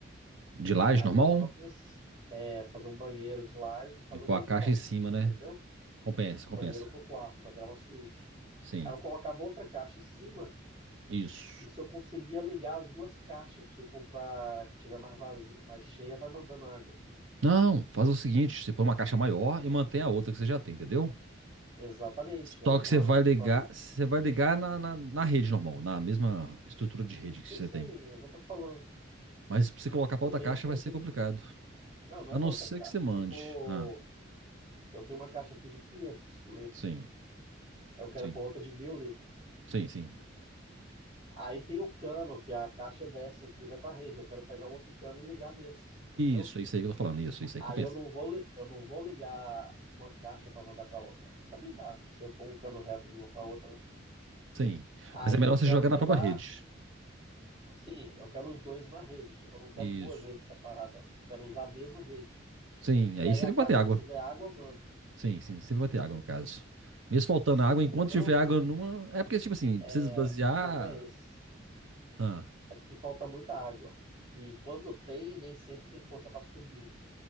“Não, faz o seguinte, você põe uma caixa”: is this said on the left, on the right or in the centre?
Right